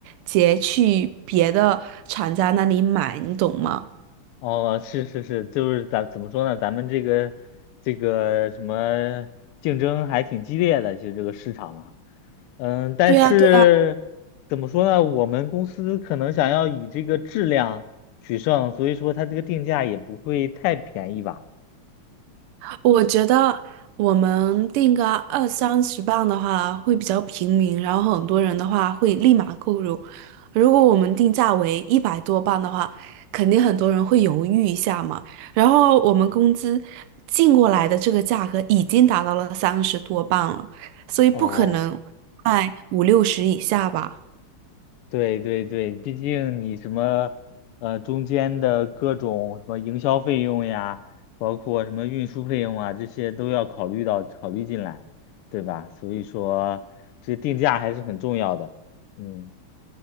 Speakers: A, on the right (about 85°); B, on the left (about 85°).
A: 直接去别的厂家那里买，你懂吗？
B: 哦，是是是，就是咱怎么说呢？咱们这个这个什么竞争还挺激烈的，就这个市场嘛。嗯，但是怎么说呢？
A: 对呀，对。
B: 我们公司可能想要以这个质量取胜，所以说它这个定价也不会太便宜吧？
A: 我觉得我们定个二三十磅的话会比较平民，然后很多人的话会立马购入。如果我们定价为一百多磅的话，肯定很多人会犹豫一下嘛。然后我们工资进过来的这个价格已经达到了三十多磅了，所以不可能卖五六十以下吧。
B: 哦。对对对，毕竟你什么呃中间的各种什么营销费用呀，包括什么运输费用啊，这些都要考虑到考虑进来，对吧？所以说这定价还是很重要的，嗯，